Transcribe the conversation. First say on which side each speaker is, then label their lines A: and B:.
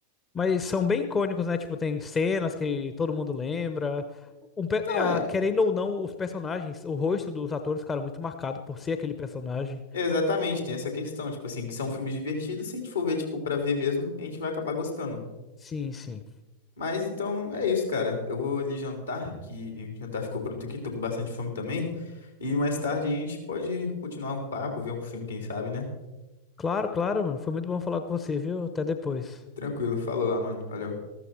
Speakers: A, on the left; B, on the left.
A: Mas são bem icônicos, né? Tipo, tem cenas que todo mundo lembra. Um pe-
B: Não,
A: ah,
B: é,
A: querendo ou não, os personagens, o rosto dos atores ficaram muito marcado por ser aquele personagem.
B: exatamente, tem essa questão, tipo assim, que são filmes divertidos, se a gente for ver, tipo, pra ver mesmo, a gente vai acabar gostando.
A: Sim, sim.
B: Mas então é isso, cara. Eu vou ali jantar, que o jantar ficou pronto aqui, tô com bastante fome também. E mais tarde a gente pode continuar o papo, ver um filme, quem sabe, né?
A: Claro, claro, mano. Foi muito bom falar com você, viu? Até depois.
B: Tranquilo, falou lá, mano. Valeu.